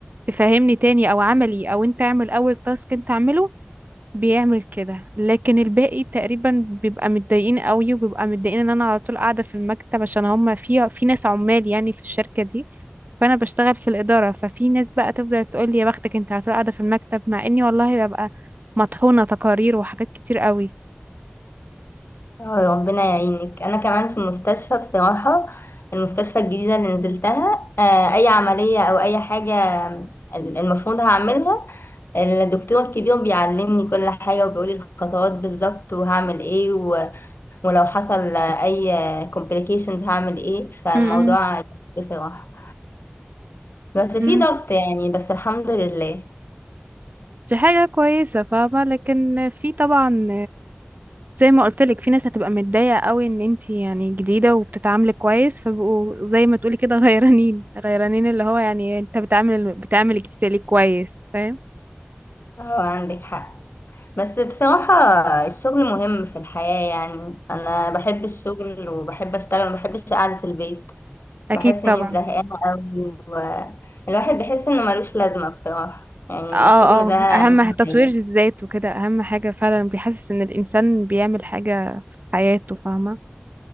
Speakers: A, on the right; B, on the left.
A: تفهمني تاني أو عملي أو أنت اعمل أول تاسك أنت اعمله بيعمل كده لكن الباقي تقريبا بيبقى متضايقين قوي وبيبقى متضايقين ان انا على طول قاعده في المكتب عشان هم في في ناس عمال يعني في الشركه دي فانا بشتغل في الاداره ففي ناس بقى تفضل تقول لي يا بختك انت على طول قاعده في المكتب مع اني والله ببقى مطحونه تقارير وحاجات كتير قوي
B: اه ربنا يعينك انا كمان في المستشفى بصراحه المستشفى الجديده اللي نزلتها آه، اي عمليه او اي حاجه آه، المفروض هعملها الدكتور الكبير بيعلمني كل حاجه وبيقولي الخطوات بالظبط وهعمل ايه و... ولو حصل اي complications هعمل ايه فالموضوع
A: م- م-
B: بصراحه بس في
A: م.
B: ضغط يعني بس الحمد لله
A: دي حاجه كويسه فاهمه لكن في طبعا زي ما قلت لك في ناس هتبقى متضايقه قوي ان انت يعني جديده وبتتعاملي كويس فبقوا زي ما تقولي كده <laughs> غيرانين غيرانين اللي هو يعني انت بتعامل بتعامل الجديده ليه كويس فاهم
B: اه عندك حق بس بصراحة الشغل مهم في الحياة يعني أنا بحب الشغل وبحب أشتغل ومبحبش قعدة البيت
A: اكيد
B: بحس
A: طبعا
B: إني زهقانة أوي والواحد بيحس إنه ملوش لازمة بصراحة يعني
A: اه
B: الشغل ده
A: اه
B: أهم
A: اهم تطوير
B: حاجة
A: الذات وكده اهم حاجه فعلا بيحسس ان الانسان بيعمل حاجه في حياته فاهمه